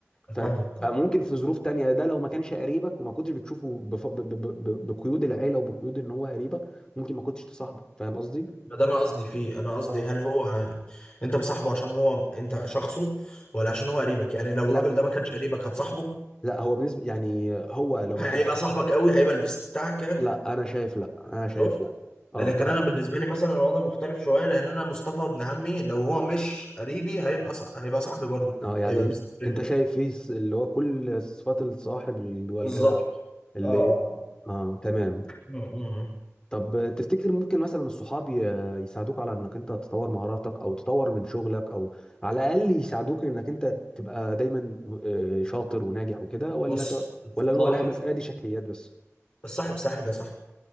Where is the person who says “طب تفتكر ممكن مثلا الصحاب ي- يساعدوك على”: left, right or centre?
Left